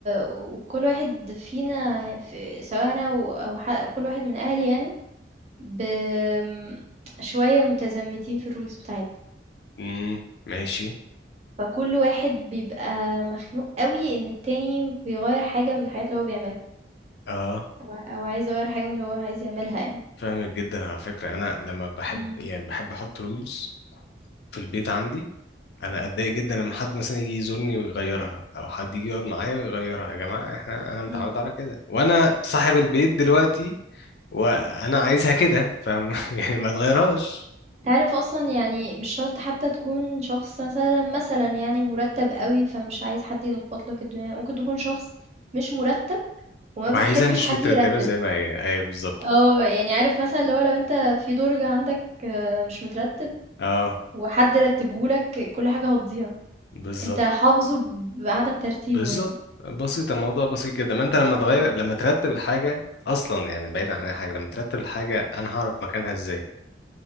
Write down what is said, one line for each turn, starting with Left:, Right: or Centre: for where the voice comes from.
Right: وكل واحد فينا ف سواء أنا و أو ح كل واحد من أهلي يعني ب آمم، شوية متزمتين في الrules بتاعتنا،
Left: امم ماشي
Right: فكل واحد بيبقى مخنوق أوي إن التاني بيغيّر حاجة من الحاجات اللي هو بيعملها.
Left: اه
Right: و أو عايز يغيّر حاجة من اللي هو عايز يعملها يعني.
Left: فاهمك جدا على فكرة انا لما بحب
Right: إمم،
Left: يعني بحب احط رولز في البيت عندي انا اتضايق جدا لما حد مثلا يجي يزورني ويغيرها او حد يجي يقعد معايا ويغيرها يا جماعة احنا انا متعود
Right: إمم.
Left: على كده وانا صاحب البيت دلوقتي وانا عايزها كده فاهم <laughs> يعني ما تغيرهاش
Right: أنت عارف أصلًا يعني مش شرط حتى تكون شخص مثلًا، مثلًا يعني مُرتّب أوي، فمش عايز حد يلخبط لك الدنيا، ممكن تكون شخص مش مُرتّب وما
Left: وعايزها
Right: بتحبش
Left: مش
Right: حد
Left: مترتبة
Right: يرتّب.
Left: زي ما هي ايوه بالظبط
Right: آه، يعني عارف مثلًا اللي هو لو أنت في درج عندك آه، مش مترتّب
Left: اه
Right: وحد رتّبه لك، كل حاجة هتضيع،
Left: بالظبط
Right: أنت حافظه بعدم ترتيبه
Left: بالظبط
Right: يعني.
Left: بسيط الموضوع بسيط جدا ما انت لما تغير
Right: إمم.
Left: لما ترتب الحاجه اصلا يعني بعيد عن اي حاجه لما ترتب الحاجه انا هعرف مكانها ازاي